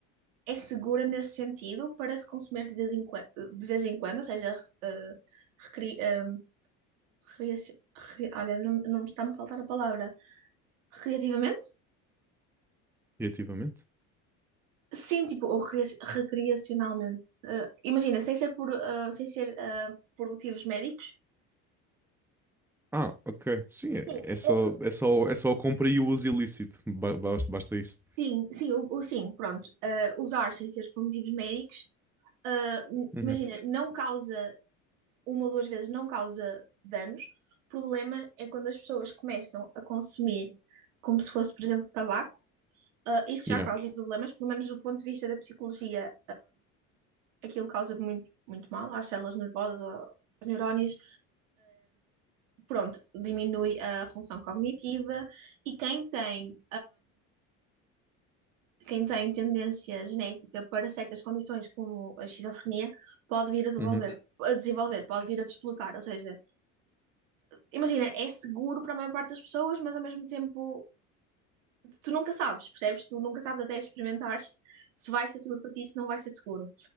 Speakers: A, on the right; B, in the centre.
A: é segura nesse sentido para se consumir de vez em, quando, de vez em quando, ou seja, ah, recri, ah, recria- recria- olha, não, não me está-me a faltar a palavra. Recreativamente?
B: criativamente.
A: Sim, tipo, ou recria- recreacionalmente. Ah, imagina, sem ser por, ah, sem ser, ah, por motivos médicos.
B: Ah, ok. Sim, é
A: Sim,
B: é só,
A: é-
B: é só, é só a compra e o uso ilícito. Ba- Basta, basta isso.
A: Sim, sim, o, o- sim, pronto. Ah, usar sem ser por motivos médicos, ah, n-
B: Uhum.
A: imagina, não causa, uma ou duas vezes não causa danos. O problema é quando as pessoas começam a consumir como se fosse, por exemplo, tabaco. Ah, isso já
B: Yeah.
A: causa problemas, pelo menos do ponto de vista da psicologia, aquilo causa muito, muito mal às células nervosas, ao- aos neurónios. pronto, diminui a função cognitiva e quem tem, quem tem tendência genética para certas condições, como a esquizofrenia, pode vir a devolver.
B: Uhum.
A: A desenvolver, pode vir a desbloquear, ou seja, imagina, é seguro para a maior parte das pessoas, mas ao mesmo tempo tu nunca sabes, percebes? Tu nunca sabes até experimentares se vai ser seguro para ti, se não vai ser seguro.